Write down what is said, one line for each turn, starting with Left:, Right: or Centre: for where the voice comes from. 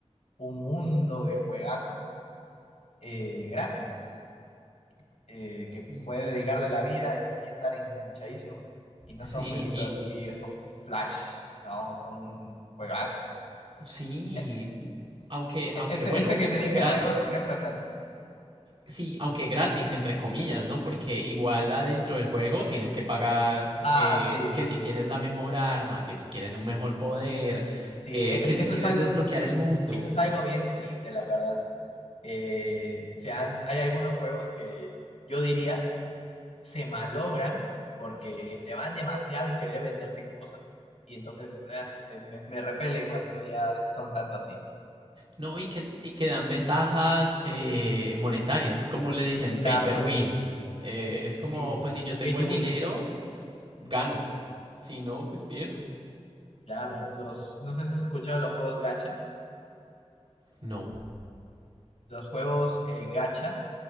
Left: un mundo de juegazos eh, gratis eh, que
Right: Sí.
Left: puedes dedicarle la vida y, y estar enganchadísimo. Y no
Right: Sí,
Left: son jueguitos
Right: y
Left: así oh, flash, no, son juegazos.
Right: sí,
Left: E-
Right: aunque,
Left: e-
Right: aunque
Left: Este,
Right: bueno,
Left: este que te dije,
Right: gratis.
Left: Rayman, por ejemplo, es gratis.
Right: Sí, aunque gratis, entre comillas, ¿no? Porque igual adentro del juego tienes que pagar
Left: Ah,
Right: eh,
Left: sí,
Right: que
Left: sí,
Right: si quieres la mejor arma, que si quieres un mejor poder,
Left: sí,
Right: eh,
Left: e-
Right: que
Left: es-
Right: si
Left: eso
Right: quieres
Left: es algo,
Right: desbloquear el mundo,
Left: eso es algo bien triste, la verdad. Eh, se han, hay algunos juegos que yo diría se malogran porque se van demasiado en querer venderte cosas. Y entonces ah, me, me- me repele cuando ya son tanto así.
Right: ¿no? Y que, y que dan ventajas eh, monetarias, como le dicen, paper
Left: Claro,
Right: win. Eh, es como,
Left: Sí,
Right: pues si yo tengo
Left: pay to
Right: el dinero,
Left: win,
Right: gano. Si no, pues pierdo.
Left: claro. Los, no sé si has escuchado los juegos gacha.
Right: No.
Left: Los juegos eh, gacha